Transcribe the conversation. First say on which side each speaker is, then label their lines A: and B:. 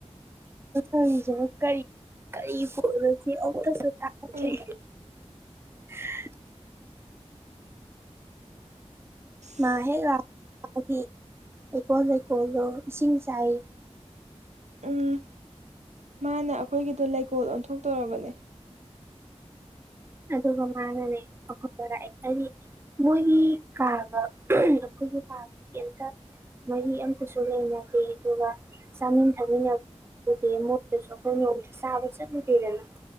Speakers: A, on the right (about 20°); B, on the right (about 85°).
A: ꯑꯝꯇ ꯍꯪꯁꯤꯔ ꯀꯔꯤ ꯀꯔꯤ ꯄꯣꯠꯅꯣꯁꯤ ꯑꯃꯨꯛꯇꯁꯨ ꯇꯥꯗꯔꯤ
B: ꯎꯝ
A: <unintelligible>
B: ꯑꯁ
A: ꯃꯥ ꯍꯦ ꯂꯥ ꯄꯒꯗꯤ ꯍꯩꯀꯣꯜ ꯂꯩꯀꯣꯜꯂꯣ ꯏꯁꯤꯡ ꯆꯥꯏ
B: ꯎꯝ ꯃꯥꯅ ꯑꯩꯈꯣꯏꯒꯤꯗꯣ ꯂꯩꯀꯣꯜ ꯑꯣꯟꯊꯣꯛꯇꯣꯔꯕꯅꯦ
A: ꯑꯗꯨꯒ ꯃꯥꯅꯅꯦ ꯑꯐꯕ ꯂꯥꯛꯑꯦ <unintelligible> ꯃꯣꯏꯒꯤ ꯀꯥꯒ ꯑꯩꯈꯣꯏꯒꯤ ꯀꯥꯒ ꯀꯦꯝꯇ ꯃꯔꯤ ꯑꯝꯇꯁꯨ ꯂꯩꯅꯗꯦ ꯑꯗꯨꯒ ꯆꯥꯃꯤꯟ ꯊꯛꯃꯤꯟꯅꯕꯕꯨꯗꯤ ꯃꯣꯏꯗꯁꯨ ꯑꯩꯈꯣꯏ ꯅꯣꯡꯇ ꯆꯥꯕ ꯆꯠꯂꯨꯗꯦꯗꯅ